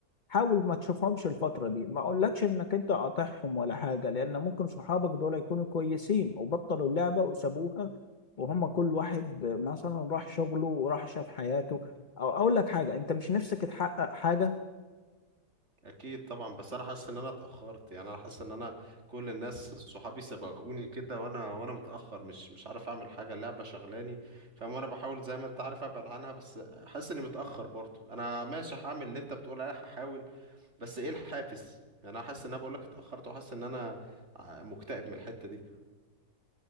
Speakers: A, on the left; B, on the right.
A: حاول ما تشوفهمش الفترة دي ما اقولكش انك انت قاطعهم ولا حاجة لان ممكن صحابك دول يكونوا كويسين وبطلوا اللعبة وسابوها وهم كل واحد مثلا راح شغله وراح شاف حياته او اقول لك حاجة انت مش نفسك تحقق حاجة
B: اكيد طبعا بس انا حاسس ان انا اتاخرت يعني انا حاسس ان انا كل الناس صحابي سبقوني كده وانا وانا متاخر مش مش عارف اعمل حاجه اللعبه شغلاني فاهم وانا بحاول زي ما انت عارف ابعد عنها بس حاسس اني متاخر برضه انا ماشي هعمل اللي انت بتقول عليه هحاول بس ايه الحافز يعني انا حاسس ان انا بقول لك اتاخرت وحاسس ان انا ع- مكتئب من الحته دي